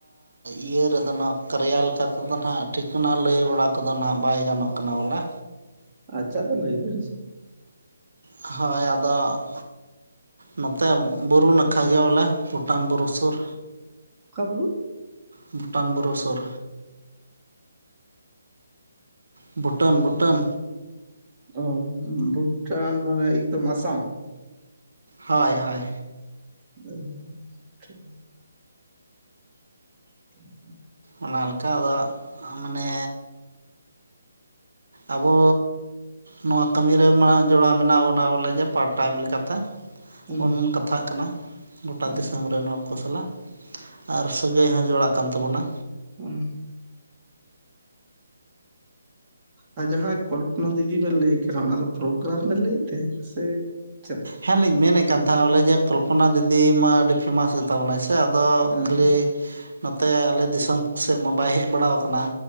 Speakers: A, on the right; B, on the right.
A: ᱤᱭᱟᱹ ᱨᱮᱫᱚ ᱱᱚᱣᱟ ᱠᱟᱨᱭᱟ ᱞᱮᱠᱟ ᱛᱮᱫᱚ ᱱᱟᱦᱟᱜ ᱴᱷᱤᱠ ᱚᱱᱟ ᱞᱟᱹᱭ ᱵᱟᱲᱟ ᱠᱚᱫᱚ ᱱᱟᱦᱟᱜ ᱵᱟᱭ ᱜᱟᱱᱚᱜ ᱠᱟᱱᱟ ᱵᱚᱞᱮ᱾
B: ᱟᱪᱪᱷᱟ, ᱟᱫᱚ ᱞᱟᱹᱭ ᱵᱮᱱ ᱥᱮ᱾
A: ᱦᱳᱭ ᱟᱫᱚ ᱱᱚᱛᱮ ᱵᱩᱨᱩ ᱱᱟᱠᱷᱟ ᱜᱮ ᱵᱚᱞᱮ, ᱯᱷᱩᱴᱟᱱ ᱵᱩᱨᱩ ᱥᱩᱨ
B: ᱚᱠᱟ ᱵᱩᱨᱩ?
A: ᱵᱷᱩᱴᱟᱱ ᱵᱩᱨᱩ ᱥᱩᱨ᱾ ᱵᱷᱩᱴᱟᱱ ᱵᱷᱩᱴᱟᱱ
B: ᱚ ᱵᱷᱩᱴᱟᱱ ᱢᱟᱱᱮ ᱮᱠᱫᱚᱢ ᱟᱥᱟᱢ᱾
A: ᱦᱳᱭ ᱦᱳᱭ
B: ᱚ ᱟᱪᱪᱷᱟ᱾ <unintelligible>
A: ᱚᱱᱟ ᱞᱮᱠᱟ ᱟᱫᱚ ᱢᱟᱱᱮ ᱟᱵᱚ ᱱᱚᱣᱟ ᱠᱟᱹᱢᱤ ᱨᱮ ᱢᱟ ᱡᱚᱲᱟᱣ ᱢᱮᱱᱟᱜ ᱵᱚᱱᱟ ᱵᱚᱞᱮ ᱡᱮ ᱯᱟᱨᱴ ᱴᱟᱭᱤᱢ ᱞᱮᱠᱟᱛᱮ
B: ᱦᱩᱸ
A: ᱵᱚᱱ ᱠᱟᱛᱷᱟᱜ ᱠᱟᱱᱟ ᱜᱚᱴᱟ
B: ᱦᱩᱸ
A: ᱫᱤᱥᱚᱢ ᱨᱮᱱ ᱦᱚᱲ ᱠᱚ ᱥᱟᱞᱟᱜ ᱟᱨ ᱥᱟᱹᱜᱟᱹᱭ ᱦᱚᱸ ᱡᱚᱲᱟᱜ ᱠᱟᱱ ᱛᱟᱵᱚᱱᱟ᱾
B: ᱩᱸ ᱟᱨ ᱡᱟᱦᱟᱸ ᱠᱚᱞᱯᱚᱱᱟ ᱫᱤᱫᱤ ᱵᱮᱱ ᱞᱟᱹᱭ ᱠᱟᱱᱟ ᱚᱱᱟ ᱫᱚ ᱯᱨᱳᱜᱨᱟᱢ ᱵᱮᱱ ᱞᱟᱹᱭᱮᱫ ᱛᱟᱦᱮᱸᱫ ᱥᱮ ᱪᱮᱫ
A: ᱦᱮᱸ ᱞᱤᱧ ᱢᱮᱱᱮᱫ ᱠᱟᱱ ᱛᱟᱦᱮᱫ ᱵᱚᱞᱮ ᱡᱮ ᱠᱚᱞᱯᱚᱱᱟ ᱫᱤᱫᱤ ᱢᱟ ᱟᱹᱰᱤ ᱯᱷᱮᱢᱟᱥ ᱜᱮᱛᱟ ᱵᱚᱱᱟᱭ ᱥᱮ ᱥᱮ ᱟᱫᱚ
B: ᱦᱮᱸ
A: ᱠᱷᱟᱹᱞᱤ ᱱᱚᱛᱮ ᱟᱞᱮ ᱫᱤᱥᱚᱢ ᱥᱮᱜ ᱢᱟ ᱵᱟᱭ ᱦᱮᱡ ᱵᱟᱲᱟᱣ ᱠᱟᱱᱟ